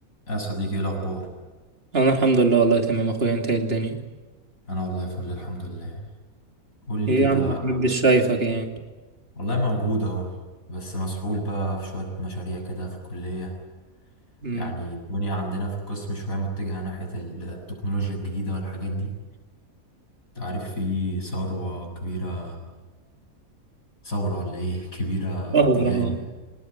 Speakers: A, on the left (about 65°); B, on the right (about 40°).
A: يا صديقي ايه الاخبار
B: انا الحمد لله والله تمام اخويا انت إيه الدنيا
A: انا والله فل الحمد لله قول لي
B: ايه
A: كده
B: يا عم محمد مش شايفك يعني
A: والله موجود اهو بس مسحول بقى في شويه مشاريع كده في الكليه
B: امم
A: يعني الدنيا عندنا في القسم شويه متجهه ناحيه التكنولوجيا الجديده والحاجات دي انت عارف في ثوره كبيره ثوره ولا ايه <laughs> كبيره
B: ظهر
A: في اتجاه
B: اه
A: ال-